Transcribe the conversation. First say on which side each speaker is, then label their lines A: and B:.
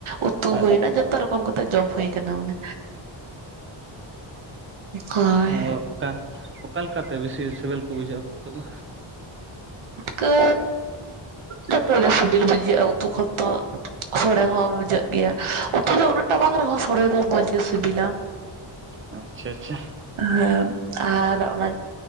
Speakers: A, on the right; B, on the right.
A: ᱩᱛᱩ
B: ᱟᱪᱪᱷᱟ
A: ᱦᱩᱭᱱᱟ ᱡᱚᱛᱚ ᱨᱚᱠᱚᱢ ᱠᱟᱛᱮ ᱡᱚᱢ ᱦᱩᱭ ᱠᱟᱱᱟ ᱚᱱᱮ᱾ ᱦᱳᱭ
B: ᱟ ᱚᱠᱟ ᱚ ᱚᱠᱟ ᱞᱮᱠᱟᱛᱮ ᱵᱮᱥᱤ ᱥᱮᱵᱮᱞ ᱠᱚ ᱵᱩᱡᱷᱟᱹᱜᱼᱟ ᱯᱩᱴᱠᱟᱹ ᱫᱚ?
A: ᱠᱟᱻ ᱡᱷᱚᱛᱚ ᱜᱮ ᱥᱤᱵᱤᱞ ᱵᱩᱡᱷᱟᱹᱜᱼᱟ ᱩᱛᱩ ᱠᱷᱚᱱ ᱫᱚ᱾ ᱥᱚᱲᱮ ᱦᱚᱸ ᱵᱩᱡᱷᱟᱹᱜ ᱜᱮᱭᱟ ᱩᱛᱩ ᱫᱚ ᱩᱱᱟᱹᱜ ᱴᱟ ᱵᱟᱝ ᱨᱮᱦᱚᱸ ᱥᱚᱲᱮ ᱫᱚ ᱢᱚᱸᱡᱽ ᱜᱮ ᱥᱤᱵᱤᱞᱟ᱾
B: ᱟᱪᱪᱷᱟ ᱟᱪᱪᱷᱟ
A: ᱦᱮᱸ ᱟᱨ ᱚᱱᱟ